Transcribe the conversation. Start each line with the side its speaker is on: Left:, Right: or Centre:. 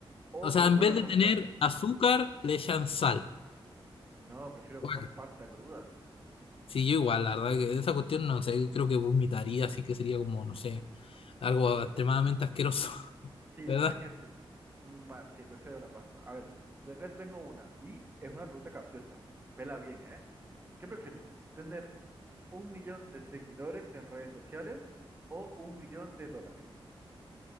Right: o
Left: O sea,
Right: Coca-Cola
Left: en vez de
Right: con
Left: tener
Right: sal.
Left: azúcar, le echan sal.
Right: No, prefiero
Left: Guaca.
Right: comer pasta cruda.
Left: Sí, yo igual, la verdad que esa cuestión no sé, creo que vomitaría, así que sería como, no sé, algo extremadamente asqueroso, <laughs>
Right: Sí,
Left: ¿verdad?
Right: la verdad es que sí. Mm, Bueno, sí, prefiero la pasta. A ver, te- acá te tengo una y es una pregunta capciosa. Vela bien, ¿eh? ¿Qué prefieres? ¿Tener un millón de seguidores en redes sociales o un millón de dólares?